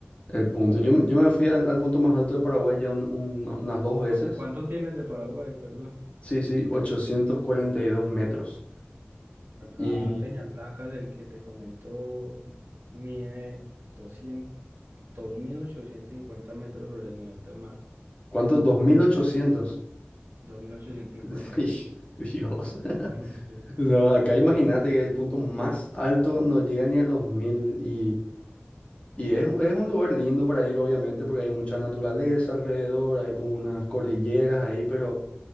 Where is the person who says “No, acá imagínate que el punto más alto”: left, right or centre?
Left